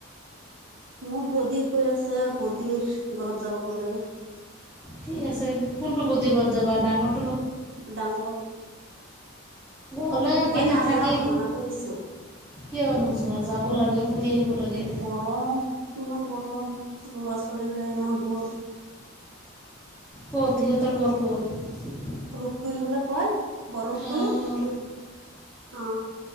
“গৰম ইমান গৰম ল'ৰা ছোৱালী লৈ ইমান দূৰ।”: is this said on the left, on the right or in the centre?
Right